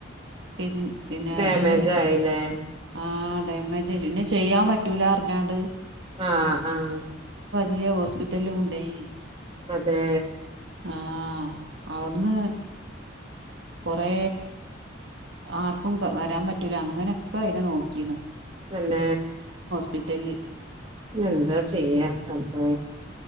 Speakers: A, on the right; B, on the right.
A: കിൻ പിന്നെ
B: ഡാമേജ്
A: ഇതിന്
B: ആയില്ലേ
A: ആ ഡാമേജെജു പിന്നെ ചെയ്യാൻ പറ്റൂലാ അർഞ്ഞാണ്ട്.
B: ആഹ് ആഹ്.
A: ഇല്ല്യാ ഹോസ്പിറ്റൽ ല് കൊണ്ടോയി.
B: അതേ
A: ആഹ അവിടുന്ന്. കൊറേ ആർക്കും വരാൻ പറ്റൂല അങ്ങനൊക്കെ അതിനെ നോക്കീന്ന്.
B: തന്നെ
A: പിറ്റലി
B: എന്താ ചെയ്യാ റബ്ബേ.